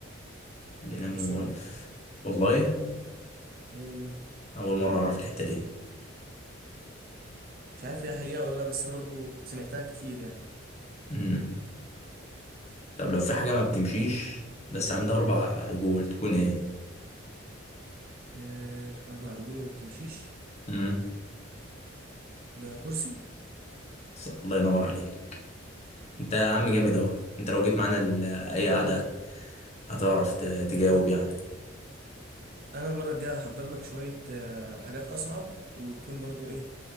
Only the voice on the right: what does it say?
الحصان
والله
مش عارف هي حقيقة ولا لا بس انا برضو سمعتها كتير يعني
إيه اربع رجول وما بتمشيش
ده كرسي
انا المره الجايه هحضر لك شويه آه، حاجات اصعب وتكون برضو ايه